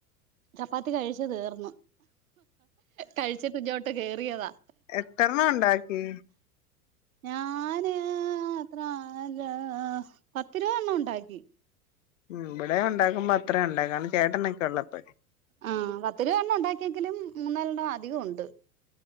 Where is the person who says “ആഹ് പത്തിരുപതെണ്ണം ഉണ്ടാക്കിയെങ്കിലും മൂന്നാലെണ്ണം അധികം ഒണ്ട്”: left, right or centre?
Right